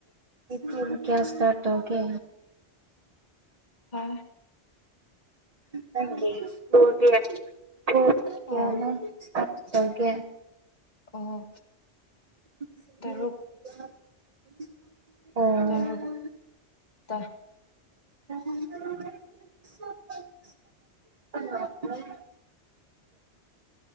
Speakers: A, on the right; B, on the left.
A: ꯀꯌꯥ ꯀ꯭ꯂꯥꯁꯇꯥ ꯇꯧꯒꯦ
B: ꯍꯣꯏ
A: <unintelligible>
B: ꯑꯣ ꯑꯣ
A: <inaudible>
B: ꯇꯔꯨꯛ
A: ꯑꯣ
B: ꯇꯔꯨꯛꯇ
A: <unintelligible>